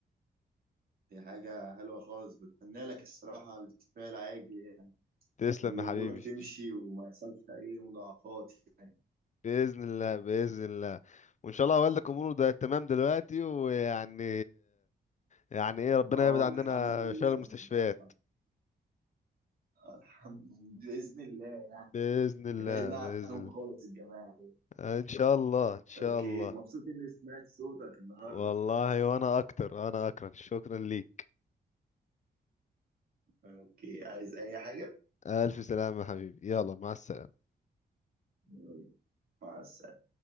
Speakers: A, on the right; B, on the left.
A: دي حاجة حلوة خالص بتمنى لك الصراحة الكفاية العاجل يعني
B: تسلم
A: وإن
B: يا حبيبي
A: أمورك تمشي وما يحصلش أي مضاعفات يعني
B: بإذن الله بإذن الله وإن شاء الله والدك أموره ده تمام دلوقتي ويعني يعني إيه ربنا
A: اه
B: يبعد عننا
A: الحمد لله
B: شر المستشفيات
A: الصراحة الحمد بإذن الله يعني
B: بإذن الله
A: ابعدنا
B: بإذن
A: عنهم خالص الجماعة دول.
B: الله إن شاء الله إن شاء
A: اوكي
B: الله
A: مبسوط إني سمعت صوتك النهاردة
B: والله وأنا أكتر أنا أكرم شكرا ليك
A: اوكي عايز أي حاجة؟
B: ألف سلامة يا حبيبي يلا مع السلامة
A: يلا، مع السلامة